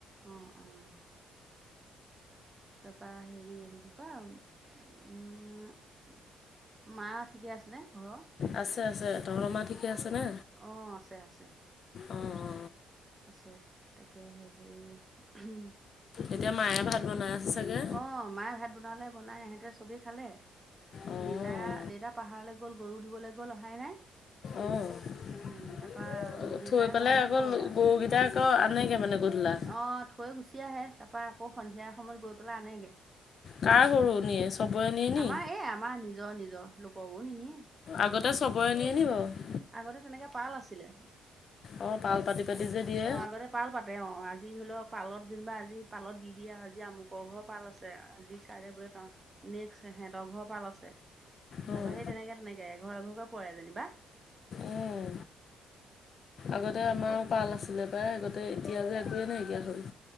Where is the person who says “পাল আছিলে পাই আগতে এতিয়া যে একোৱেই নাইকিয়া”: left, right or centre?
Left